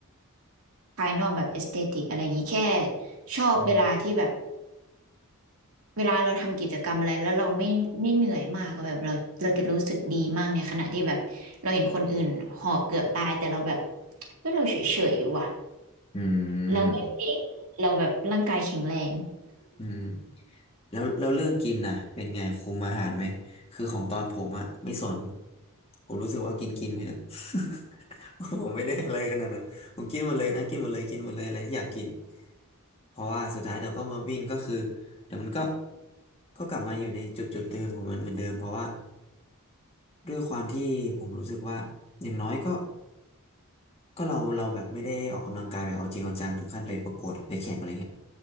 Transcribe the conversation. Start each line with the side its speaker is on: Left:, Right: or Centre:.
Right: ภายนอกแบบเอสเตติกอะไรอย่างนี้แค่ชอบเวลาที่แบบ
Left: อืม
Right: เวลาเราทำกิจกรรมอะไรแล้วเราไม่ไม่เหนื่อยมากอะแบบเราเราจะรู้สึกดีมากในขณะที่แบบเราเห็นคนอื่นหอบเกือบตายแต่เราแบบเฮ้ยเราเฉยๆว่ะ
Left: อืม
Right: เราไม่เก่งเราแบบร่างกายแข็งแรง
Left: อืม แล้วแล้วเรื่องกินน่ะเป็นไงคุมอาหารไหมคือของตอนผมอะไม่สนผมรู้สึกว่ากินกินไปเถอะ <laughs> ผมไม่ได้อะไรขนาดนั้นผมกินหมดเลยนะกินหมดเลยกินหมดเลยอะไรที่อยากกินเพราะว่าสุดท้ายเดี๋ยวก็มาวิ่งก็คือเดี๋ยวมันก็ก็กลับมาอยู่ในจุดจุดเดิมของมันเหมือนเดิมเพราะว่าด้วยความที่ผมรู้สึกว่าอย่างน้อยก็ ก็เราเราแบบไม่ได้ออกกำลังกายแบบเอาจริงเอาจังถึงขั้นไปประกวดไปแข่งอะไรเงี้ย